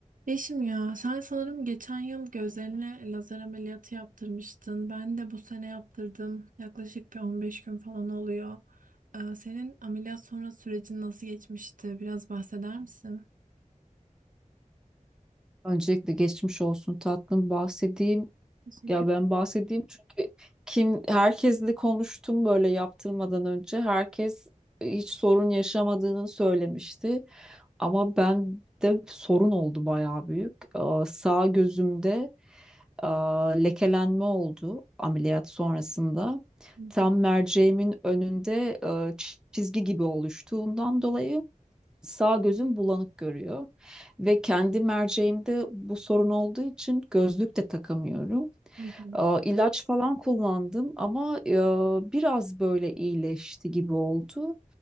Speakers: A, on the right; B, in the centre.
A: Yeşim ya sen sanırım geçen yıl gözlerine lazer ameliyatı yaptırmıştın. Ben de bu sene yaptırdım. Yaklaşık bir 15 gün falan oluyor. Ee, senin ameliyat sonrası sürecin nasıl geçmişti? Biraz bahseder misin?
B: Öncelikle geçmiş olsun tatlım bahsedeyim.
A: Teşekkür
B: Ya ben bahsedeyim çünkü kim herkesle konuştum böyle yaptırmadan önce herkes e, hiç sorun yaşamadığını söylemişti. Ama ben de sorun oldu bayağı büyük. Aa, sağ gözümde aa, lekelenme oldu ameliyat sonrasında.
A: ederim.
B: Tam merceğimin önünde aa, çizgi gibi oluştuğundan dolayı sağ gözüm bulanık görüyor ve kendi merceğimde bu sorun olduğu için gözlük de takamıyorum.
A: Hı hı.
B: Aa, ilaç falan kullandım ama e, biraz böyle iyileşti gibi oldu.